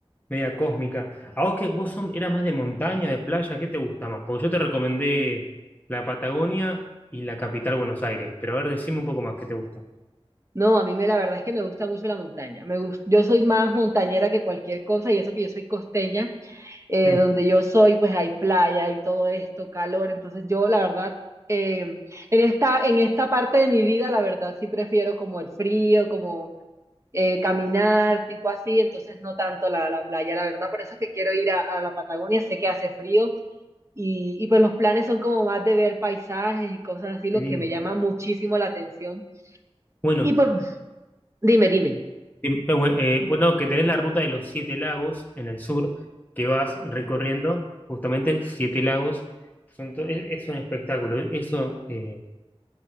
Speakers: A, on the left; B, on the right.
A: media cósmica. ¿A vos que vos son, eras más de montaña, de playa? ¿Qué te gusta más? Porque yo te recomendé la Patagonia y la capital Buenos Aires, pero a ver, decime un poco más qué te gusta.
B: No, a mí me, la verdad es que me gusta mucho la montaña. Me gus- yo soy más montañera que cualquier cosa y eso que yo soy costeña, eh,
A: Mm,
B: donde yo soy pues hay playa y todo esto, calor. Entonces yo la verdad, eh, en esta, en esta parte de mi vida la verdad sí prefiero como el frío, como eh, caminar, tipo así. Entonces no tanto la, la playa, la verdad. Por eso es que quiero ir a, a la Patagonia, sé que hace frío. Y, y pues los planes son como más de ver paisajes y cosas así, lo
A: sí.
B: que me llama muchísimo la atención.
A: Bueno,
B: Y pues dime, dime.
A: em, eh, bue- eh, bueno, que tenés la ruta de los siete lagos en el sur, que vas recorriendo justamente siete lagos. Son to- es, es un espectáculo. Eso eh,